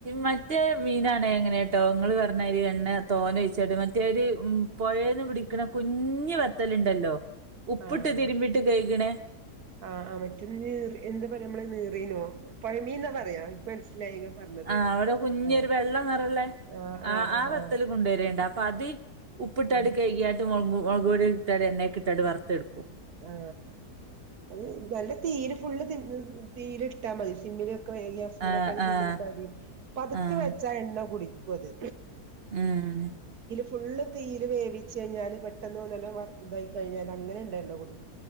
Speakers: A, on the right; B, on the right.
A: മറ്റേ മീനണേ എങ്ങനെ ോങ്ങൾ പറഞ്ഞര് എണ്ണ തോന ഒഴിച്ചത് മറ്റേഒര് പുഴേന്ന് പിടി വിക്കണ കുഞ്ഞ് വത്തലുണ്ടല്ലോ ഉപ്പിട്ട്
B: ആഹ്
A: തിരുമ്പിട്ട് കഴകണേ.
B: ആഹ് ആ മറ്റേ നീർ എന്താ പറയാ നമ്മള നീറിന പുഴമീന്നാ പറയാ മനസ്സിലായി നിങ്ങൾ പറഞ്ഞത്
A: ആ അവിടെ കുഞ്ഞ്
B: ആഹ്
A: ഒരു വെള്ള നിറല്ലേ
B: ആഹ്
A: ആ
B: ആഹ് ആഹ്
A: ആ വത്തല് കൊണ്ടുവരേണ്ട അപ്പൊ അത് ഉപ്പിട്ടടി
B: ആഹ്
A: കൈകായിട്ട് മുളകും മുളക് പടടിൽ ഇട്ടാെ എണക്ക ഇട്ടാ വറുത്തെടുക്കും
B: ആ അത് നല്ല തീര് ഫുള്ള് തീര് ഇട്ടാ മതി സിമ്മില് ഗ്യാസമിലൊക്ക
A: ആഹ് ആഹ്
B: ചീിട്ട അപ്പൊ അതൊക്കെ
A: ആഹ്
B: വെച്ചാ എണ്ണ കുടിക്കും അത്
A: ഉം
B: ഫുള് തീല് വേവിച്ച് കഴിഞ്ഞാല് പെട്ടെന്ന് ട്ട് ഇതായി കഴിഞ്ഞാൽ അങ്ങനെ ഉണ്ടായിണ്ടോ കുൂടി